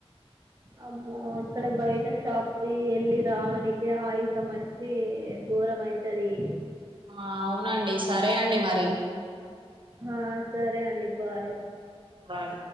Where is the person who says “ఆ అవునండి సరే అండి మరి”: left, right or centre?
Right